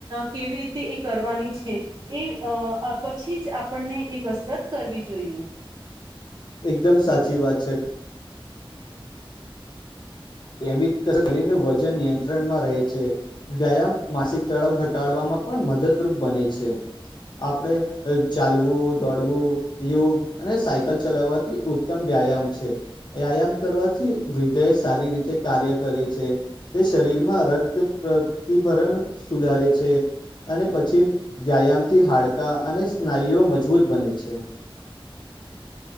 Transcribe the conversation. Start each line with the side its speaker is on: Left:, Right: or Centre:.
Right: કેવી રીતે એ કરવાની છે. એ અ પછી જ આપણને એ કસરત કરવી જોઈએ.
Left: એકદમ સાચી વાત છે. નિયમિત <inaudible> કરીને વજન નિયંત્રણમાં રહે છે. વ્યાયામ માસિક તળાવ ઘટાડવામાં પણ મદદરૂપ બને છે. આપડણે ચાલવું, દોડવું, યોગ, અને સાયકલ ચલાવવાથી ઉત્તમ વ્યાયામ છે વ્યાયામ કરવાથી હૃદ એ સારી રીતે. તે કાર્ય કરે છે તે શરીરમાં રક્ત પ્રતિભરણ સુધારે છે. અને પછી વ્યાયામથી હાડકા અને સ્નાયુઓ મજબૂત બને છે.